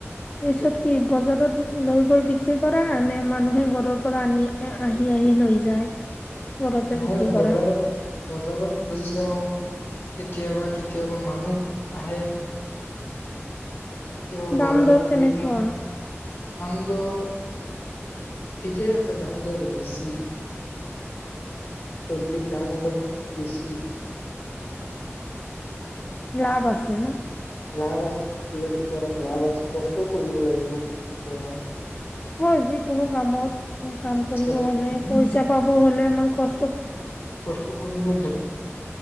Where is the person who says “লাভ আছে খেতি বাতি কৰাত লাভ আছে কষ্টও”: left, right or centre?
Left